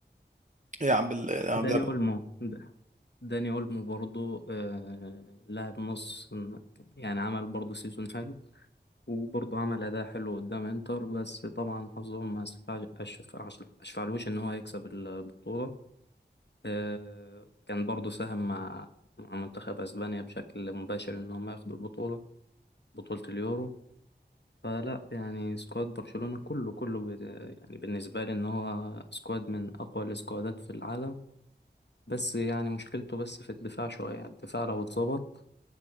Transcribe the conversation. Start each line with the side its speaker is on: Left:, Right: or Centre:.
Right: إيه يا عم ال- يا عم
Left: داني
Right: ده
Left: اولمو د- داني اولمو برضو آه لاعب نص يعني عمل برضو سيزون حلو وبرضو عمل اداء حلو قدام انتر بس طبعا حظهم ما اسفع- أشفع- اشفعلوش ان هو يكسب البطولة آه كان برضو ساهم مع مع منتخب اسبانيا بشكل مباشر ان هم ياخدوا البطولة بطولة اليورو فلا يعني سكواد برشلونة كله كله بت- يعني بالنسبة لي إن هو سكواد من أقوى السكوادات في العالم بس يعني مشكلته بس في الدفاع شوية يعني الدفاع لو اتظبط